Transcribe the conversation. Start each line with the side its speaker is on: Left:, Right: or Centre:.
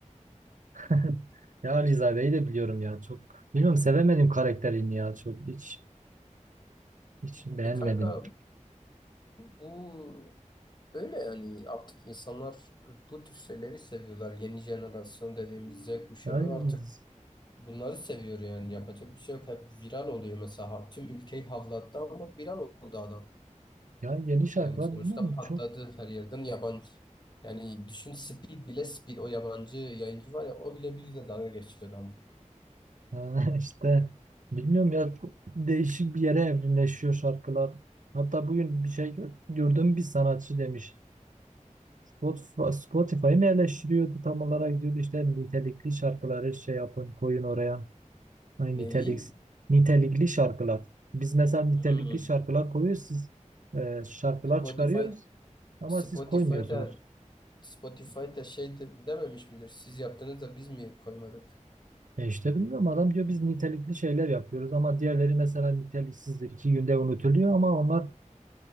Right: <laughs> Ya Rizade'yi de biliyorum ya çok. Bilmiyorum sevemedim karakterini ya çok. Hiç hiç beğenmedim.
Left: E kanka bu böyle yani artık insanlar bu tür şeyleri seviyorlar. Yeni jenerasyon dediğimiz Z kuşağı
Right: Yani,
Left: artık
Right: z-
Left: bunları seviyor yani yapacak bir şey yok. Hep viral oluyor mesela. Ha, Tüm ülkeyi havlattı ama viral oldu adam.
Right: ya yeni şarkılar
Left: Yani sonuçta
Right: bilmiyorum
Left: patladı
Right: çok
Left: her yerden yabancı. Yani düşün Speed bile Speed o yabancı yayıncı var ya o bile bizle dalga geçiyordu ama.
Right: <laughs> yani işte bilmiyorum ya çok değişik bir yere evrimleşiyor şarkılar. Hatta bugün bir şey gör- gördüm bir sanatçı demiş. Spotify, Spotify'ı mı eleştiriyordu tam olarak diyordu işte nitelikli şarkıları şey yapın koyun oraya. Hani
Left: Neli?
Right: nitelik, nitelikli şarkılar. Biz mesela nitelikli
Left: Hmm.
Right: şarkılar koyuyoruz siz e, şarkılar
Left: Spotify
Right: çıkarıyoruz ama
Left: Spotify'da
Right: siz koymuyorsunuz.
Left: Spotify'da şey de, dememiş midir? Siz yaptınız da biz mi koymadık?
Right: E işte bilmiyorum adam diyor biz nitelikli şeyler yapıyoruz ama diğerleri mesela niteliksizdir. iki günde unutuluyor ama onlar